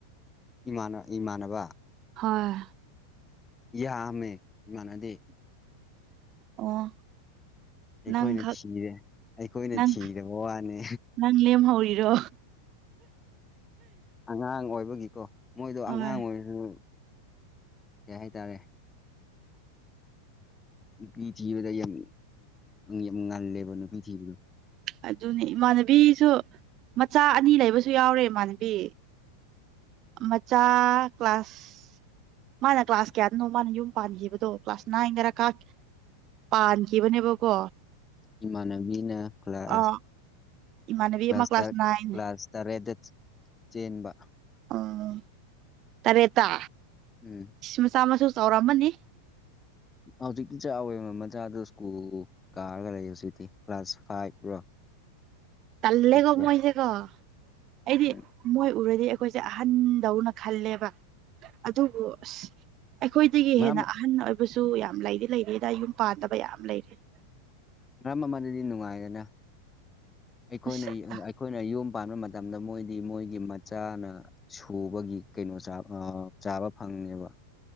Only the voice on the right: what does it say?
ꯍꯣꯏ
ꯑꯣ
ꯅꯪꯈꯛ
ꯅꯪ
ꯅꯪ ꯂꯦꯝꯍꯧꯔꯤꯔꯣ
ꯍꯣꯏ
ꯑꯗꯨꯅꯤ ꯏꯃꯥꯟꯅꯕꯤꯁꯨ ꯃꯆꯥ ꯑꯅꯤ ꯂꯩꯕꯁꯨ ꯌꯥꯎꯔꯦ ꯏꯃꯥꯟꯅꯕꯤ ꯃꯆꯥ ꯀ꯭ꯂꯥꯁ ꯃꯥꯅ ꯀ꯭ꯂꯥꯁ ꯀꯌꯥꯗꯅꯣ ꯃꯥꯅ ꯌꯨꯝ ꯄꯥꯟꯈꯤꯕꯗꯣ ꯀ꯭ꯂꯥꯁ ꯅꯥꯏꯟ ꯈꯔ ꯀꯥ ꯄꯥꯟꯈꯤꯕꯅꯦꯕꯀꯣ
ꯑꯥ ꯏꯃꯥꯟꯅꯕꯤ
ꯑꯃ
ꯅꯥꯏꯟ
ꯑꯣ ꯇꯔꯦꯠꯇ
ꯃꯆꯥ ꯃꯁꯨ ꯆꯥꯎꯔꯝꯃꯅꯤ
ꯇꯜꯂꯦꯀꯣ
ꯃꯣꯏꯁꯦꯀꯣ ꯑꯩꯗꯤ
ꯃꯣꯏ ꯎꯔꯗꯤ ꯑꯩꯈꯣꯏꯁꯦ ꯑꯍꯟꯗꯧꯅ ꯈꯜꯂꯦꯕ ꯑꯗꯨꯕꯨ ꯑꯁ ꯑꯩꯈꯣꯏꯗꯒꯤ
ꯍꯦꯟꯅ ꯑꯍꯟ ꯑꯣꯏꯕꯁꯨ ꯌꯥꯝ ꯂꯩꯗꯤ ꯂꯩꯔꯤꯗ ꯌꯨꯝ ꯄꯥꯟꯗꯕ ꯌꯥꯝ ꯂꯩꯔꯤ
ꯑꯁ